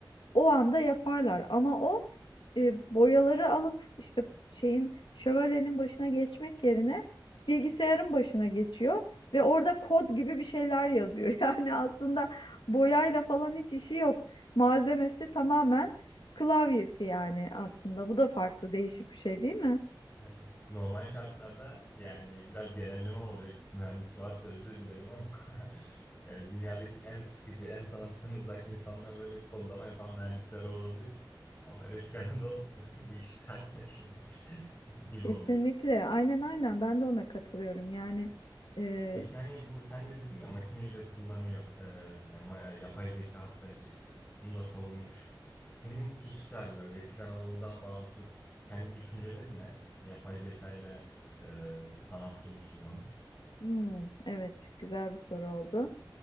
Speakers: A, on the left (about 80°); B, on the left (about 25°).
A: o anda yaparlar ama o e, boyaları alıp işte şeyin şövalyenin başına geçmek yerine bilgisayarın başına geçiyor ve orada kod gibi bir şeyler yazıyor. <laughs> Yani aslında boyayla falan hiç işi yok. Malzemesi tamamen klavyesi yani aslında. Bu da farklı değişik bir şey değil mi?
B: Evet. Normal şartlarda yani biraz genelleme olacak. Mühendis varsa özür dilerim ama <laughs> e, dünyadaki en sıkıcı, en sanattan uzak insanlar böyle kodlama yapan mühendisler olabilir. Ama Refik Anadol <laughs> bu işi tersine çevirmiş <laughs> gibi
A: Kesinlikle.
B: oluyor.
A: Aynen aynen ben de ona katılıyorum. Yani e,
B: Peki hani bu sen de dedin ya makineyi de kullanıyor. E, yani ma- yapay zeka hatta şey, onu da savunmuş. Senin kişisel böyle Refik Anadol'dan bağımsız kendi düşüncelerin ne? Yapay zeka ile e, sanat oluşturmanın.
A: hmm, evet güzel bir soru oldu.